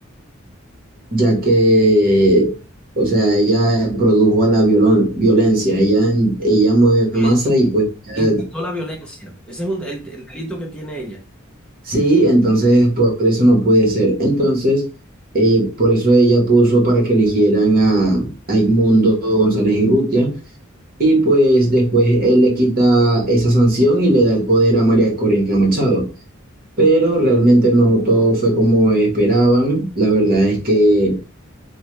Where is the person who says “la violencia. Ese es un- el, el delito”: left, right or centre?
Centre